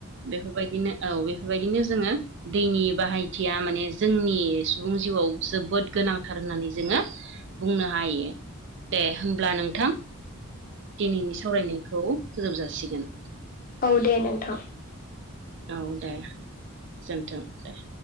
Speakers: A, on the right; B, on the left.
A: बेफोरबायदिनो औ बेफोरबायदिनो जोङो दैनि बाहायथिया माने जोंनि सुबुं जिउआव जोबोद गोनांथार होननानै जोङो बुंनो हायो दे होमब्ला नोंथां दिनैनि सावरायनायखौ फोजोब जासिगोन।
B: औ दे नोंथां।
A: औ दे गोजोनथों दे।